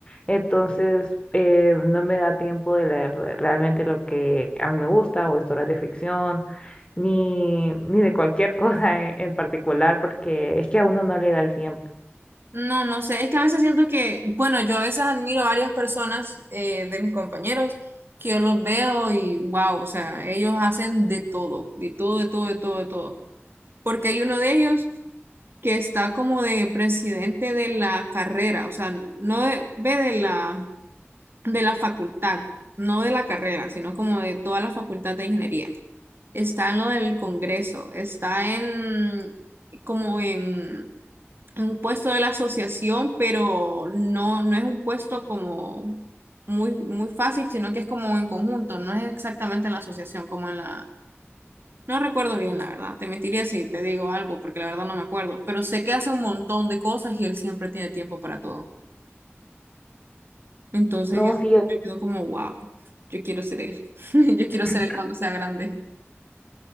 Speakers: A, on the left; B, on the right.
A: Entonces, eh, no me da tiempo de leer re- realmente lo que a mí me gusta, o historias de ficción, ni, ni de cualquier <laughs> cosa en, en particular, porque es que a uno no le da el tiempo.
B: No, no sé, es que a veces siento que, bueno, yo a veces admiro a varias personas eh, de mis compañeros que yo los veo y wow, o sea, ellos hacen de todo, de todo, de todo, de todo, de todo. Porque hay uno de ellos que está como de presidente de la carrera, o sea, no de- ve de la de la facultad, no de la carrera, sino como de toda la facultad de ingeniería. Está en lo del Congreso, está en como en, en un puesto de la asociación, pero no, no es un puesto como muy, muy fácil, sino que es como en conjunto, no es exactamente en la asociación, como en la... No recuerdo bien, la verdad. Te mentiría si te digo algo, porque la verdad no me acuerdo, pero sé que hace un montón de cosas y él siempre tiene tiempo para todo. Entonces
A: No, sí,
B: eso
A: yo
B: me quedó como, wow, yo quiero ser él. <laughs> Yo
A: <clears throat>
B: quiero ser él cuando sea grande.